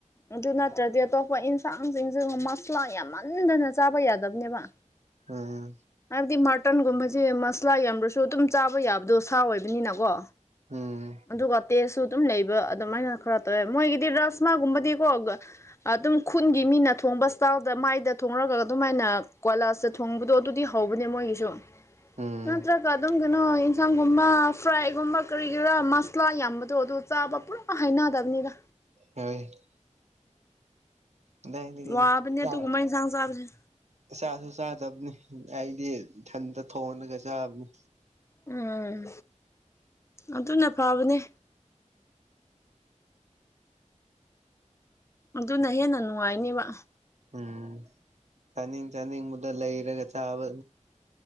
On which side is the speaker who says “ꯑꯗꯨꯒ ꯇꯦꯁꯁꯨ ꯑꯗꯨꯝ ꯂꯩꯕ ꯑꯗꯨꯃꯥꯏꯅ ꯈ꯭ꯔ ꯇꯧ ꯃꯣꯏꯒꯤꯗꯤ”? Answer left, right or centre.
Left